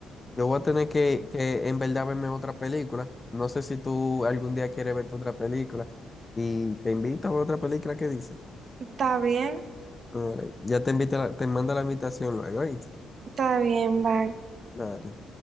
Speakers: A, on the left; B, on the right.
A: Yo voy a tener que, que en verdad verme otra película. No sé si tú algún día quieres verte otra película. Y te invito a ver otra película que dice.
B: Está bien,
A: Eh, ya te invita, la- te manda la invitación luego, ¿oíste?
B: está bien, va.
A: Nada.